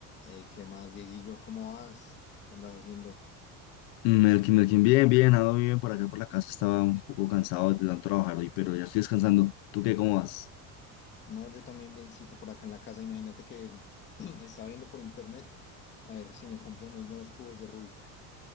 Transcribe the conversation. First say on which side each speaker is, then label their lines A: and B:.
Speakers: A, on the left; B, on the left.
A: Ey, ¿qué más, Dieguillo? ¿Cómo vas? ¿Qué andas haciendo?
B: Mm, Melkin, Melkin, bien, bien, ando bien por acá por la casa, estaba un poco cansado de tanto trabajar hoy, pero ya estoy descansando. ¿Tú qué, cómo vas?
A: No, yo también biencito por acá en la casa. Imagínate que <clears throat> estaba viendo por internet a ver si me compro unos nuevos cubos de Rubik.